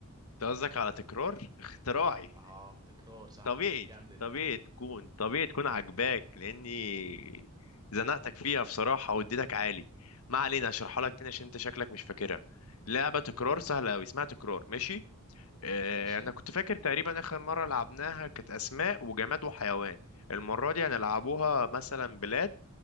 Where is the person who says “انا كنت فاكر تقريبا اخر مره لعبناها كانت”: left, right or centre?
Left